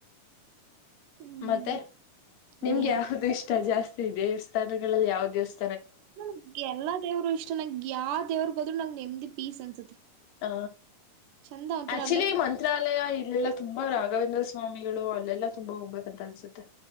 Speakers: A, on the right (about 85°); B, on the left (about 75°).
A: ಹ್ಮ್
B: ಮತ್ತೆ
A: ಇನ್ನೇನ್
B: ನಿಮ್ಗೆ ಯಾವ್ದು ಇಷ್ಟ ಜಾಸ್ತಿ ದೇವಸ್ಥಾನಗಳಲ್ಲಿ ಯಾವ್ದೇ ದೇವಸ್
A: ನನಗೆ ಎಲ್ಲಾ ದೇವ್ರು ಇಷ್ಟ ನಂ ಯಾವ ದೇವ್ರಗ್ ಹೋದ್ರು ನಂನೆಮ್ದಿ ಪೀಸ್ ಅನ್ಸುತ್ತೆ
B: ಹ
A: ಚಂದ ಒಂತರ
B: ಆಕ್ಚುಲಿ
A: ಅಲ್ಲೇ
B: ಮಂತ್ರಾಲಯ ಇಲ್ಲ ತುಂಬಾ ರಾಘವೇಂದ್ರ ಸ್ವಾಮಿಗಳು ಅಲ್ಲೆಲ್ಲ ತುಂಬಾ ಹೋಗ್ಬಬೇಕು ಅಂತ ಅನ್ಸುತ್ತೆ